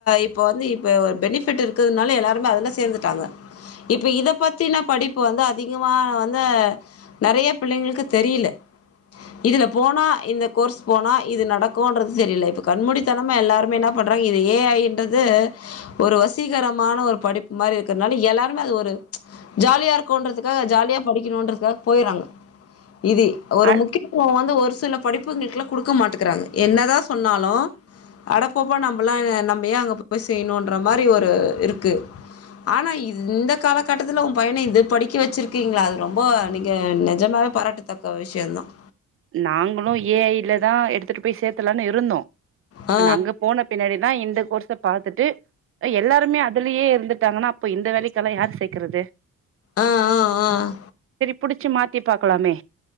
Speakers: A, on the left; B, on the right.
A: இப்ப வந்து இப்ப ஒரு பெனிஃபிட் இருக்குதுனால எல்லாருமே அதுல சேர்ந்துட்டாங்க இப்ப இத பத்தின படிப்பு வந்து அதிகமா வந்து நெறைய பிள்ளைங்களுக்கு தெரியல இதுல போனா இந்த கோர்ஸ் போனா இது நடக்கும்ன்றது தெரியல இப்ப கண்மூடித்தனமா எல்லாருமே என்ன பண்றாங்க இது ஏ ஐ ன்றது ஒரு வசீகரமான ஒரு படிப்பு மாதிரி இருக்கனால எல்லாருமே அது ஒரு ஜாலியா இருக்கோன்றதுக்காக ஜாலியா படிக்கணுன்றதுக்காக போய்றாங்க இது ஒரு
B: அ
A: முக்கியத்துவம வந்து ஒரு ல்ல படிப்புங்களுக்குல்லாம் கொடுக்க மாட்டுக்குறாங்க என்னதான் சொன்னாலும் அடப்போப்ப நம்மல்லாம் நம்ம ஏ அங்க போய் செய்யணும்ன்ற மாதிரி ஒரு இருக்கு ஆனா இந்த காலகட்டத்துல உன் பைய்ன இந்து படிக்க வச்சிருக்கீங்களா அது ரொம்ப நீங்க நிஜமாவே பாராட்டுத்தக்க விஷயோ தான்
B: நாங்களும் ஏ ஐ ல தான் எடுத்துட்டு போய் சேர்த்தலானு இருந்தோம் இப்ப
A: ஆ
B: நா அங்க போன பின்னாடி ன்னா இந்த கோர்ஸ பாத்துட்டு எல்லாருமே அதுலேயே இருந்து டாங்கன்னா அப்ப இந்த வேலைக்கெல்லா யார் சேக்குறது
A: ஆஹ் ஆஹ் ஆஹ்
B: புடிச்சி மாத்தி பாக்லாமே